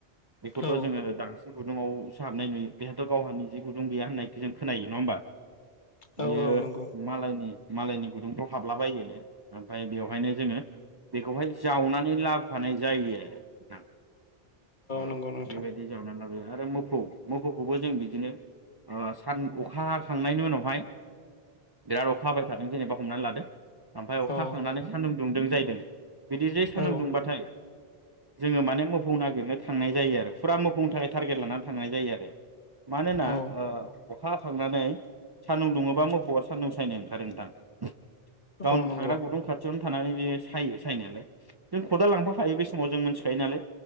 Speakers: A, on the right; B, on the left.
A: बेखौथ'
B: औ
A: जोङो दांसिन गुदुङावसो हाबनाय नुयो बेहाथ' गावहा निजे। गुुंदुं गैया होननाय। जों खोनायो नङा होमबा बियो
B: औ औ नंगौ
A: मालायनि। मालायनि गुदुंफ्राव। हाबला बायोनो ओमफाय बेवहायनो जोङो बेखौहाय जावनानै लाबोफानाय जायो आरो ना। औ
B: नंगौ नोंथां
A: बेबायदि जाव ना <inaudible> आरो मोफौ। मोफौखौबो जों बिदिनो। ओ सान अखा हाखांनायनि उनावहाय। बिराद अखा हाबाय थादों जेनेबा ह हमना लादो ओमफ्राय अखा
B: औ
A: हाखांनानै सान्दुं दुदों जाहैदों बिदि जे
B: औ
A: सान्दुं दुंबाथाय जोङो माने मोफौ नागिरनो थांनाय जायो आरो फुरा मोफौनि थाखाय टारगेट लानानै थांनाय जायो आरो मानोना
B: औ
A: ओ अखा थांनानै सानदुं दुङोबा मोफौआ सान्दुं थाबायनो ओंखारो नोंथां गावनि
B: औ नंगौ
A: थाग्रा गुदुं खाथियावनो थानानै बे सायो सायनायालाय जों खदाल लांफाखायो बे समाव जों मिथिखायो नालाय